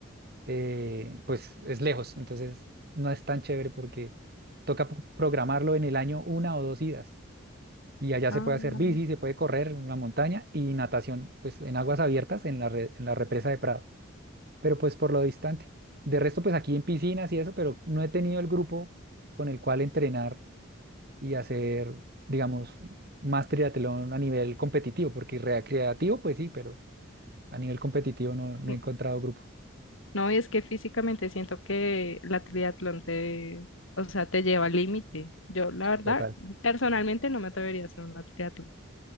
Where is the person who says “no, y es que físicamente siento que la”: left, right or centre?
Left